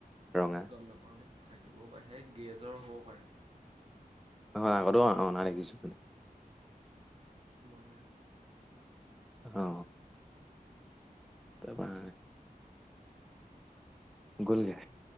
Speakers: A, in the centre; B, on the right.
A: ৰঙা
B: গম নাপাওঁ দেই। থাকিবও পাৰে সেই গেৰেজৰ হ'বও পাৰে।
A: নহয় অ কতো অ অনা দেখিছো।
B: <unintelligible>
A: অ তাৰপা। গলগে